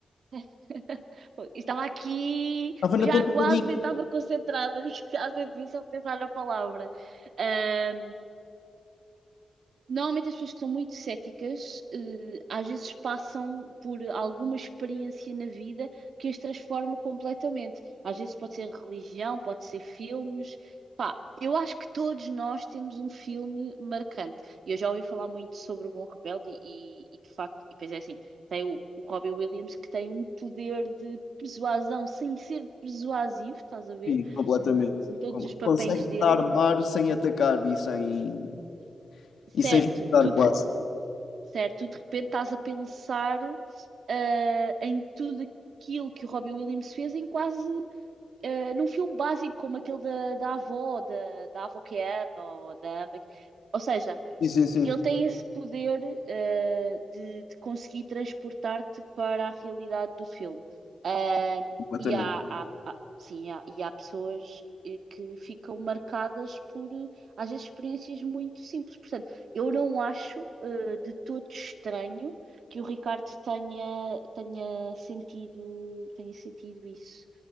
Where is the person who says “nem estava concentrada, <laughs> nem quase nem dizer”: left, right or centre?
Right